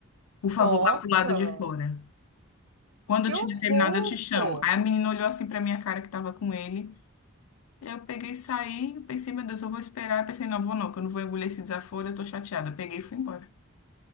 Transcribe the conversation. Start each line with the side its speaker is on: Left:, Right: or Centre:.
Left: por favor,
Right: Nossa,
Left: vá pro lado de fora. Quando
Right: que
Left: eu tiver
Right: horror!
Left: terminado, eu te chamo. Aí a menina olhou assim pra minha cara que tava com ele. Eu peguei e saí, pensei, meu Deus, eu vou esperar. Pensei, não, vou não, que eu não vou engolir esse desaforo, eu tô chateada. Peguei e fui embora.